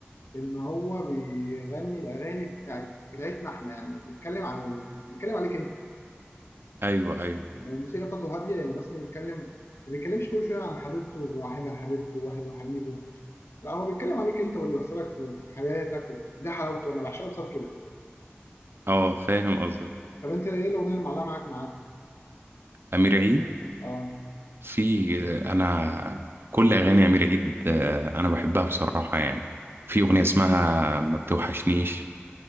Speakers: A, on the left; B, on the right.
A: ان هو بيغني الاغاني بتاعت بتاعتنا احنا يعني بيتكلم عن ال... بيتكلم عليك انت
B: ايوه ايوه
A: والموسيقى بتاعته هاديه يعني مثلا يتكلم ما بيتكلمش كل شويه عن حبيبته وواحدها حبيبته وواحد وحبيبه لا هو بيتكلم عليك انت واللي بيحصل لك في في حياتك و... ده حلاوته انا بعشقه بسبب كده
B: اه فاهم قصدك
A: طب انت ايه الاغنيه اللي معلقه معاك معاه
B: امير عيد
A: اه
B: في انا كل اغاني امير عيد آه، انا بحبها بصراحة يعني في
A: انت
B: اغنية
A: بز-
B: اسمها ما بتوحشنيش